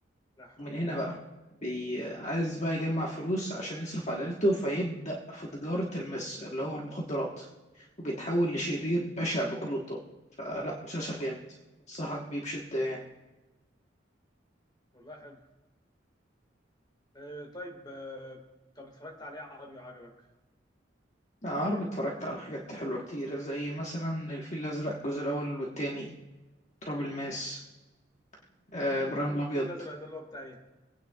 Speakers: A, on the left; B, on the left.
A: لا حول
B: ومن هنا بقى بي... عايز بقى يجمع فلوس عشان يصرف على عيلته فيبدأ في تجارة المس اللي هو المخدرات وبيتحول لشرير بشع بكل الطرق فلا مسلسل جامد انصحك بيه بشدة يعني
A: والله حلو آه طيب آه طب اتفرجت عليه عربي وعجبك
B: لا، عربي اتفرجت على حاجات حلوة كتير زي مثلا الفيل الأزرق الجزء الأول والتاني تراب الماس آه، إبراهيم
A: هو
B: الأبيض
A: الفيل الازرق ده اللي هو بتاع ايه